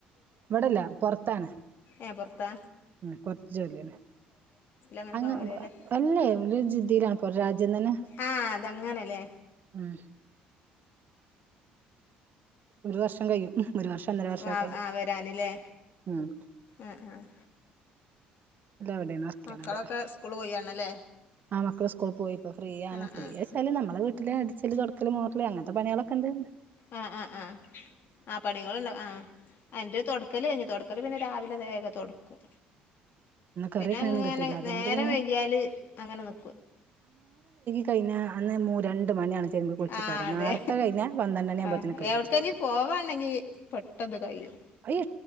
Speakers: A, on the right; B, on the left.
A: ഇവടെല്ല. പ പൊറത്താണ്
B: ഏ, പൊറത്താ
A: ഉം, കൊറച്ച്. ജോലിയാണ്.
B: അങ്ങനെയൊക്കെ
A: അങ്ങ്.
B: വരല്ലേ
A: അല്ലേ ലി. ജിദ്ധിലാണ്. കൊർ രാജ്യം തന്നെ
B: ആഹ്, അതങ്ങനെലേ
A: ഉം ഒരു വർഷം കഴിയും. ഹ്. ഒരു വർഷം അന്നര വർഷം.
B: വാ
A: കഴിയും
B: ആഹ് വരാനില്ലേ
A: ഉം
B: ആഹ് ആഹ്
A: ല്ല <unintelligible> വിടെണ്ക്കണത്
B: മക്കളൊക്കെ സ്കൂള് പോയാണല്ലേ
A: ആ, മക്കൾ സ്കൂൾ. പോയിപ്പോ. ഫ്രീയണ്
B: ആഹ്
A: ഫ്രീച്ചാൽ.
B: ആഹ്
A: നമ്മളെവീ ലേ. അടിച്ചല് തൊടക്കല് മോർൽ. അങ്ങൻത്തെ പണിളൊക്കെണ്ടാര്ന്ന്
B: ആ ആ ആഹ് ആ പണികളുണ്ടാ. ആ. എന്റെഹ്. തൊടക്കല് യ്ഞ്ഞ്. തൊട ൽ. പിന്നെ രാവിലെ നേഗ തൊട കും..
A: ഇന്ന് കറിവെക്കാനൊന്നും
B: പിന്നെ അങ്ങനെ
A: കിട്ടിയില്ല അതുകൊണ്ട്
B: നേര
A: പിന്നെ
B: വൈകിയാല് അങ്ങനെ നി
A: കയിഞ്ഞ അന്ന് മൂ രണ്ട് മണിയാണ് തിര്ബി കുളിച്ചു
B: ആഹ്
A: കേറ
B: അതെ
A: നാർത്തെ കഴിഞ്ഞ പന്ത്രണ്ടണി ആവുമ്പോത്തിന്
B: ആഹ്
A: കഴിയും
B: എവിടക്കെങ്കി
A: ചെയ്യും
B: പോവാണ്ടെങ്കി പെട്ടെന്ന് കഴിയും
A: അയ്യോ